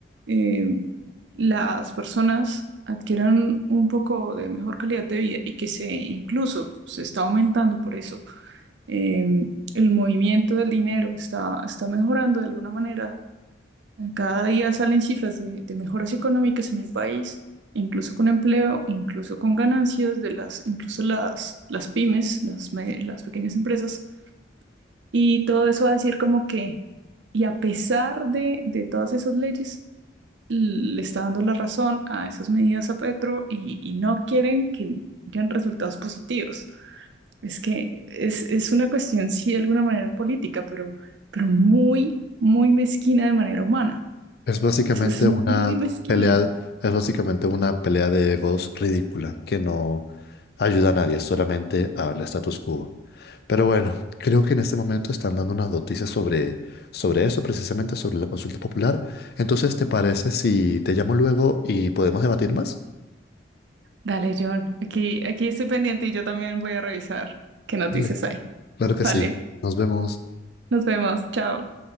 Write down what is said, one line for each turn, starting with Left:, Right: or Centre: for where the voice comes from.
Right: eh, las personas adquieran un poco de mejor calidad de vida y que se incluso se está aumentando por eso eh, el movimiento del dinero está, está mejorando de alguna manera. Cada día salen cifras de, de mejoras económicas en el país, incluso con empleo, incluso con ganancias de las, incluso las, las pymes, las, me- las pequeñas empresas. Y todo eso va a decir como que, y a pesar de, de todas esas leyes, l- le está dando la razón a esas medidas a Petro y, y no quieren que hayan resultados positivos. Es que es, es una cuestión, sí, de alguna manera política, pero, pero muy, muy mezquina de manera humana.
Left: es básicamente
Right: Eso es muy
Left: una
Right: mezquino.
Left: pelea, es básicamente una pelea de egos ridícula, que no ayuda a nadie, solamente al status quo. Pero bueno, creo que en este momento están dando unas noticias sobre, sobre eso, precisamente sobre la consulta popular. Entonces, ¿te parece si te llamo luego y podemos debatir más?
Right: Dale, John, aquí, aquí estoy pendiente y yo también voy a revisar qué noticias
Left: Dale.
Right: hay.
Left: Claro
Right: Vale,
Left: que sí. Nos vemos.
Right: nos vemos, chao.